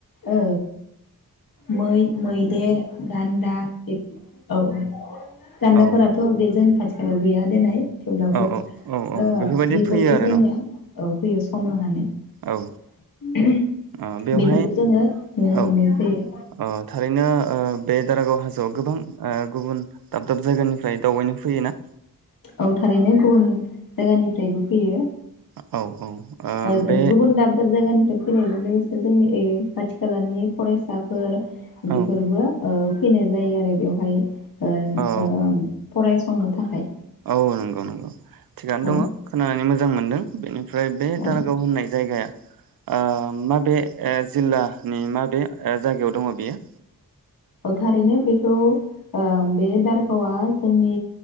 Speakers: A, on the left (about 75°); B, on the right (about 80°).
A: औ मै मैदेर गान्दा बे औ गान्दाफोराथ'
B: औ
A: बे जोंनि खाथि खालायाव गैया देनाय थेवब्लाबो
B: औ औ औ
A: ओ
B: बेफोरबायदि
A: बेफोरखौ
B: फैयो आरो
A: जोंनिया
B: न'
A: औ फैयो सम लानानै
B: औ ओ बेवहाय
A: बेफोरखौ जोंङो नुनो मोननाय
B: औ
A: जायो।
B: अ थारैनो ओ बे दारागाव हाजोआव गोबां ओ गुबुन दाब दाब जायगानिफ्राय दावबायनो फैयोना?
A: औ थारैनो गुबुन जायगानिफ्रायबो फैयो।
B: औ औ
A: ओ
B: बे
A: गुबुन दाब दाब जायगानिफाय फैनायजों लोगोसे जोंनि ओ खाथि खालानि फरायसाफोर
B: औ
A: बेफोरबो ओ फैनाय जायो आरो बेवहाय। ओ
B: औ
A: ओ फरायसंनो थाखाय।
B: औ नंगौ नंगौ थिगानो
A: औ
B: दंङ खोनानै मोज जां मोनदों बेनि फ्राय बे
A: औ
B: दारगाव होननाय जायगाया ओ माबे जिल्लानि माबे जायगायाव दंङ बेयो?
A: थारैनो बेखौ ओ बे दारागावा जोंनि